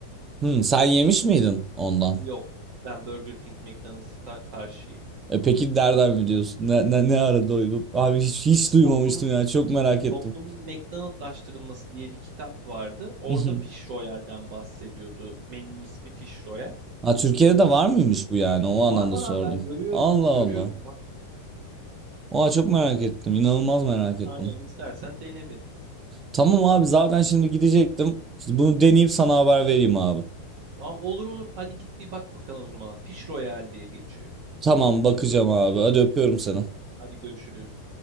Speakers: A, on the right; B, on the right.
A: Hmm, sen yemiş miydin ondan?
B: Yok. Ben Burger King McDonald's'a karşıyım.
A: E peki nereden biliyorsun? Ne, ne, ne ara duydun? Abi hiç, hiç duymamıştım
B: Toplumun
A: ya. Çok merak ettim.
B: toplumun McDonald'laştırılması diye bir kitap vardı. Orada
A: <laughs>
B: Fish Royal'den bahsediyordu. Menünün ismi Fish Royal.
A: Ha Türkiye'de de var mıymış bu yani? O anlamda
B: Var var
A: sordum.
B: abi ben görüyorum.
A: Allah Allah.
B: Görüyorum bak.
A: Oha çok merak ettim. İnanılmaz merak ettim.
B: Aynen istersen dene bir.
A: Tamam abi zaten şimdi gidecektim. Bunu deneyip sana haber vereyim abi.
B: Aa, olur olur. Hadi git bir bak bakalım o zaman. Fish Royale diye geçiyor.
A: Tamam bakacağım abi. Hadi öpüyorum seni.
B: Hadi görüşürüz.